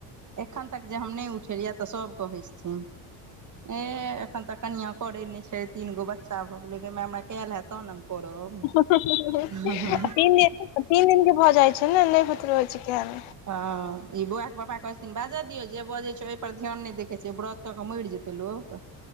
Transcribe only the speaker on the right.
एखन तक जे हम नहि उठेलियै तऽ सभ कहै छथिन ए एखन तक कनिआ करे नहि छै तीन गो बच्चा भऽ गेले, गय माए हमरा कयल हैत। तहन ने हम करब।
हाॅ- हां
हँ ई बौआ के पापा कहैत छथिन बाजऽ दियौ, जे बजैत छै ओहिपर ध्यान नहि दैय के छै, व्रत क क मैइर जेतै लोक।